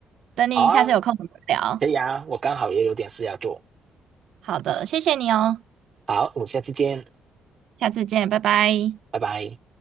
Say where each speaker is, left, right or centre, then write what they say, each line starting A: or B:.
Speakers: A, on the right; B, on the right.
A: 等你下次有空我们聊。
B: 好啊，可以啊，我刚好也有点事要做，
A: 好的，谢谢你哦，
B: 好，我们下次见。
A: 下次见，拜拜。
B: 拜拜。